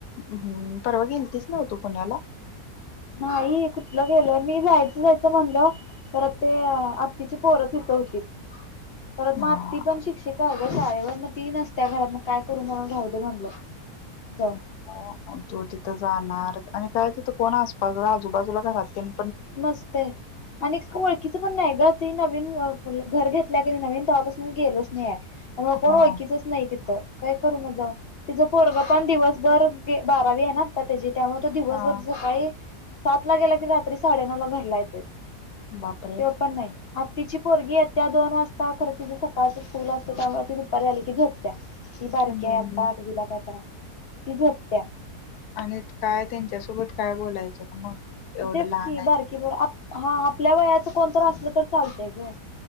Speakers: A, on the left; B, on the left.
A: हम् परवा गेलतीस नव्ह तू पुण्याला.
B: नाही कुठलं गेलं मी जायचं-जायचं म्हणल. परत ते आत्तीची पोरत तिथ होतीत. परत म
A: हा
B: आत्ती पण शिक्षिक. अगं शाळेवर मग ती नसत्या घरात. मग काय करून म्हणून राहू दे म्हणलो. जाऊन.
A: हो तो तिथं जाणार आणि काय तिथं कोण आसपास आजूबाजूला घरात ते.
B: मस्त आहे. आणि ओळखीच पण नाही ग त नवीन. घर घेतल्या कनी नवीन. तवा पासून मी गेलोच नाही आहे. त्यामुळे कोण
A: हा
B: ओळखीचं नाही तिथं काय करू मग. तर तिज पोरग पण दिवसभर ब बारावी आहे ना, आता त्याची त्यामुळे तो दिवसभर
A: हा
B: सकाळी सात ला गेला कि, रात्री साडेनऊ ला घरला येतोय.
A: बापरे
B: त्यो पण नाही आ तिची पोरगी येत्या दोन वाजता खरं, तिच सकाळचं स्कूल असतंय, त्यामुळ ती दुपारी आली की झोपत्या. ती बारकी
A: हम्म
B: हाय, आता आठवीला काय तर हाय, ती झोपत्या.
A: आणि त काय त्यांच्यासोबत काय बोलायचं मग? एवढं
B: तेच
A: लहान
B: की,
A: आहेत
B: बारकी
A: ती
B: बरोबर हा, आपल्या वयाचं कोण तर असलं तर, चालतंय ग.